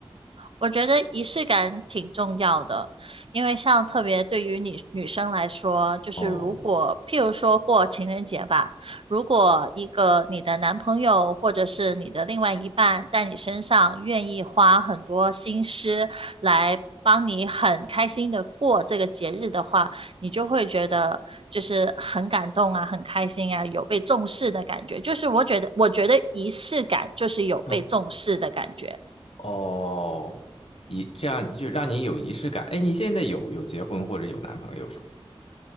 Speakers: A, on the right; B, on the left.
A: 我觉得仪式感挺重要的，因为像特别对于女女生来说，就是如果譬如说过情人节吧，
B: 哦，
A: 如果一个你的男朋友或者是你的另外一半在你身上愿意花很多心思来帮你很开心的过这个节日的话，你就会觉得就是很感动啊，很开心啊，有被重视的感觉。就是我觉得，我觉得仪式感就是有被重视的感觉。
B: 嗯，哦，仪这样就让你有仪式感。哎，你现在有有结婚或者有男朋友是吗